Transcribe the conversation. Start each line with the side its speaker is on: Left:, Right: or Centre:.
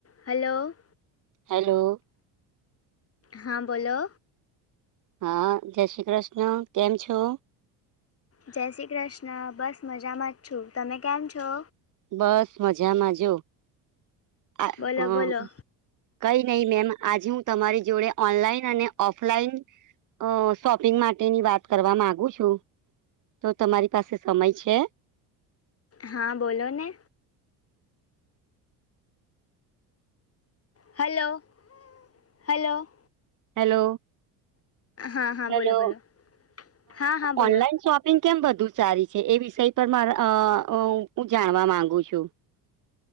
Left: Hello
Right: હાલો
Left: હા બોલો
Right: હા જય શ્રી કૃષ્ણ કેમ છો
Left: જય શ્રી કૃષ્ણ બસ મજામાં જ છું તમે કેમ છો
Right: બસ મજામાં જો આ
Left: બોલો
Right: હું
Left: બોલો
Right: કઈ નઈ મેમ આજે હું તમારી જોડે ઓનલાઈન અને ઓફલાઈન અ શોપિંગ માટેની વાત કરવા માંગુ છું. તો તમારી પાસે સમય છે?
Left: હા બોલો ને. હલો, હલો
Right: હેલો,
Left: હા હા
Right: હેલો
Left: બોલો બોલો હા હા
Right: ઓનલાઈન
Left: બોલો
Right: શો પિંગ કેમ બધું સારી છે એ વિષય પર માર અ હું જાણવા માંગુ છું.